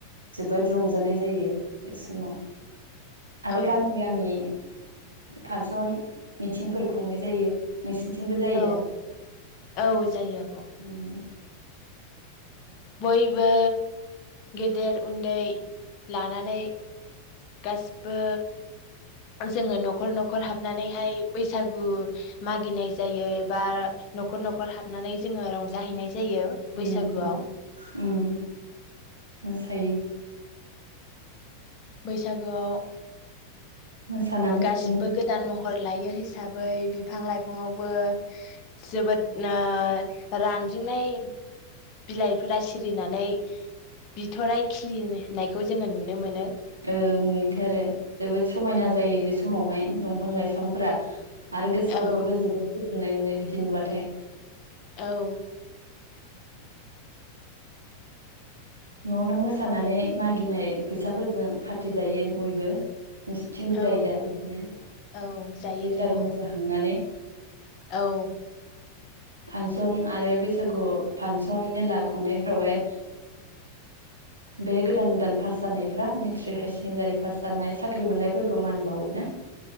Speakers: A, on the right; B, on the left.
A: जोबोद रंजानाय जायो बे समाव। आरो
B: औ
A: गामि गामि फांसन मिथिंफोर खुंनाय जायो। नोंसिनिथिंबो जायो
B: औ
A: दा
B: औ जायो आब।
A: उम
B: बयबो गेदेर उन्दै लानानै गासिबो जोङो न'खर न'खर हाबनानैहाय बैसागु मागिनाय जायो। बा न'खर न'खर हाबनानै जोङो रंजाहैनाय जायो बैसागुआव
A: उम उम उम मोसायो।
B: बैसागोआव
A: मोसानानै
B: गासिबो गोदान महर लायो हिसाबै बिफां लाइफाङावबो जोबोद ओ रानजिंनाय बिलाइफोरा सिरिनानै बिथराय खिलिनायखौ जोङो नु नो मोनो।
A: ओ नुयोथ' आरो जोबोद समायना जायो बे समावहाय दंफां लाइफांफोरा आरो गोसोफोरखौबो
B: औ
A: जोबोद गोजोननाय मोनो बिदि नुबाथाय।
B: औ।
A: न' न' मोसानानै मागिनाय फैसाफोरजों फार्टि जायो बयबो। नोंसोरथिंबो जायो
B: औ
A: दा बिदिनो
B: औ जायो
A: बैसागु
B: जायो आब'
A: मोसाखांनानै
B: औ
A: फांसन आरो बैसागु फांसन मेला खुंनायफोरावहाय बे गोदान गोदान पास जानायफ्रा मेट्रिक हायार सेकेण्डारि पास जानाय साख्रि मोननायफोरखौ मान बावो ना?